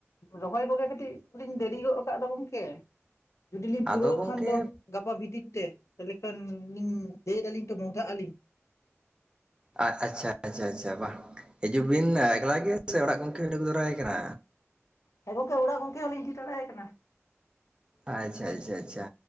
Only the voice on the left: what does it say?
ᱨᱚᱦᱚᱭ ᱠᱚᱜᱮ ᱠᱟᱹᱴᱤᱡᱧ ᱫᱮᱨᱤ ᱜᱚᱫ ᱟᱠᱟᱜᱫᱟ ᱜᱚᱝᱠᱮ ᱡᱩᱫᱤ ᱞᱤᱧ
ᱯᱩᱨᱟᱹᱣ
ᱠᱷᱟᱱ ᱫᱚ ᱜᱟᱯᱟ ᱜᱟᱯᱟ ᱵᱷᱤᱛᱤᱨ ᱛᱮ ᱛᱟᱦᱚᱞᱮ ᱠᱷᱟᱱ ᱞᱤᱧ ᱞᱟᱹᱭ ᱫᱟᱞᱤᱧ ᱛᱚ ᱢᱚᱸᱦᱫᱷᱟᱜ ᱟᱹᱞᱤᱧ
ᱦᱮᱸ ᱜᱝᱠᱮ ᱚᱲᱟᱜ ᱜᱚᱢᱠᱮ ᱦᱚᱸᱞᱤᱧ ᱤᱫᱤ ᱛᱟᱨᱟᱭᱮ ᱠᱟᱱᱟ